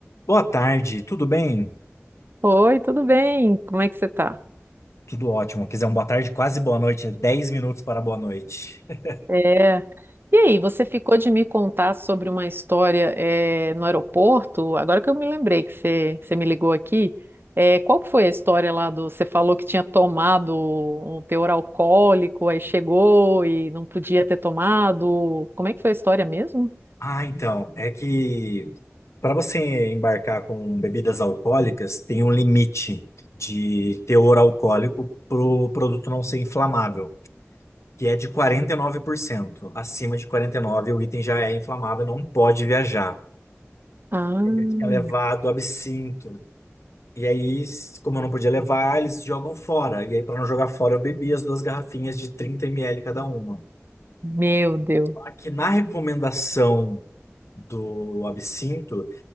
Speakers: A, on the left; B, on the right.
A: Boa tarde, tudo bem?
B: Oi, tudo bem? Como é que você tá?
A: Tudo ótimo. Quer dizer, um boa tarde, quase boa noite, é 10 minutos para boa noite. <laughs>
B: É. E aí, você ficou de me contar sobre uma história eh, no aeroporto? Agora que eu me lembrei que você, você me ligou aqui, eh, qual que foi a história lá do. Você falou que tinha tomado um teor alcoólico, aí chegou e não podia ter tomado. Como é que foi a história mesmo?
A: Ah, então, é que para você embarcar com bebidas alcoólicas, tem um limite de teor alcoólico para o produto não ser inflamável, que é de 49%. Acima de 49%, o item já é inflamável e não pode viajar.
B: Ah,
A: Tem que levar do absinto. E aí, s- como eu não podia levar, eles jogam fora. E aí, para não jogar fora, eu bebi as duas garrafinhas de 30 ml cada uma.
B: meu Deus.
A: Aqui na recomendação do absinto,